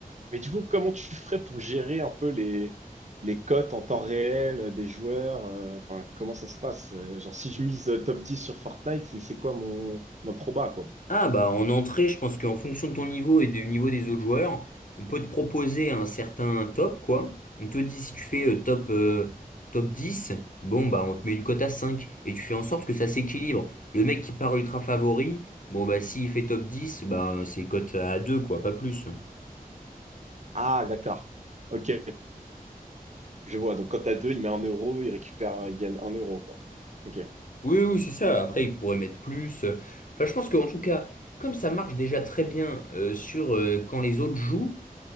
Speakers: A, on the right (about 50°); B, on the left (about 60°).
A: Mais du coup, comment tu ferais pour gérer un peu les, les cotes en temps réel des joueurs? euh, Enfin, comment ça se passe? Euh, Genre, si je mise euh, top 10 sur Fortnite, c'est c'est quoi mon ma proba, quoi?
B: Ah bah en entrée, je pense qu'en fonction de ton niveau et du niveau des autres joueurs, on peut te proposer un certain top, quoi. On te dit si tu fais euh, top, euh, top 10, bon bah on te met une cote à 5 et tu fais en sorte que ça s'équilibre. Le mec qui part ultra favori, bon bah s'il fait top 10, bah c'est cote à 2 quoi, pas plus.
A: Ah, d'accord. Ok, je vois. Donc, quand t'as deux, il met un euro, il récupère, il gagne un euro, quoi. Ok.
B: Oui, oui, c'est ça. Après,
A: Bon.
B: ils pourraient mettre plus. euh, Enfin, je pense qu'en tout cas, comme ça marche déjà très bien euh, sur euh, quand les autres jouent,